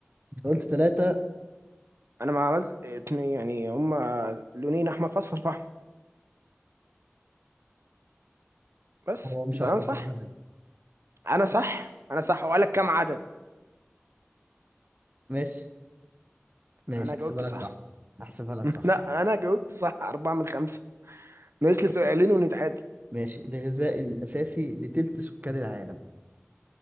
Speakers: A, on the right (about 40°); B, on the right (about 70°).
A: أنت قلت تلاتة
B: أنا ما عملت اتنين يعني هما لونين أحمر فأصفر فحم بس
A: هو مش
B: يبقى
A: أصفر
B: أنا صح
A: ده ذهبي
B: انا صح انا صح وقالك كام عدد
A: ماشي ماشي
B: انا جاوبت
A: احسبها لك
B: صح
A: صح احسبها لك
B: <laughs>
A: صح
B: لا انا جاوبت صح أربعة من خمسة ناقص لي سؤالين ونتعادل
A: ماشي الغذاء الأساسي لتلت سكان العالم